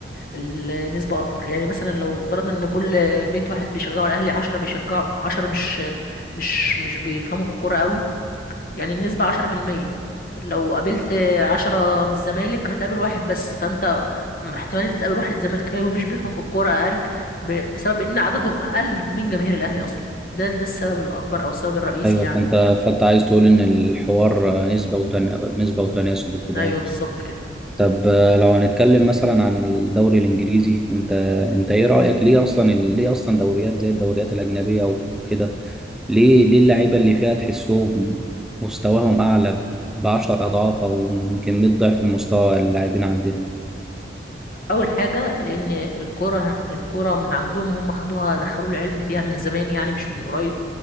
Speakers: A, on the left; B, in the centre.
A: النسبه اكبر يعني مثلا لو افترضنا ان كل 100 واحد بيشجعوا الاهلي 10 بيشجعوا 10 مش مش مش بيفهموا في الكوره قوي يعني النسبة عشرة في المية لو قابلت عشرة من الزمالك هتقابل واحد بس فانت احتمال انت تقابل واحد زملكاوي مش بيفهم في الكورة اقل ب- بسبب ان عددهم اقل من جماهير الاهلي اصلا ده ده السبب الاكبر او السبب الرئيسي
B: ايوه
A: يعني
B: فانت فانت عايز تقول ان الحوار نسبه وتن... نسبه وتناسب وكده
A: ايوه بالظبط كده
B: طب آه، لو هنتكلم مثلا عن الدوري الانجليزي انت انت ايه رايك ليه اصلا ال- ليه اصلا دوريات زي الدوريات الاجنبيه وكده ليه ليه اللعيبه اللي فيها تحسهم مستواهم اعلى ب 10 اضعاف او يمكن 100 ضعف المستوى اللاعبين عندنا
A: اول حاجة لان الكورة الكورة من عندهم هم خدوها دخلوا العلم فيها من زمان يعني مش من قريب